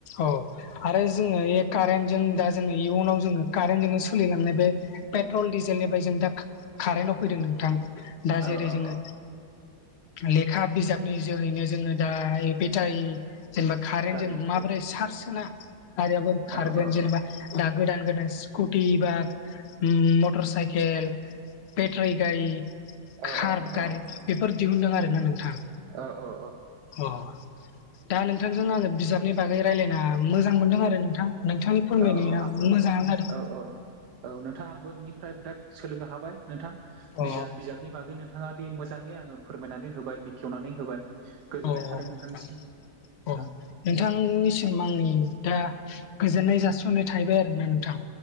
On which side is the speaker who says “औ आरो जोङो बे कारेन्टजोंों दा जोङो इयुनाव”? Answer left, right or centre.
Left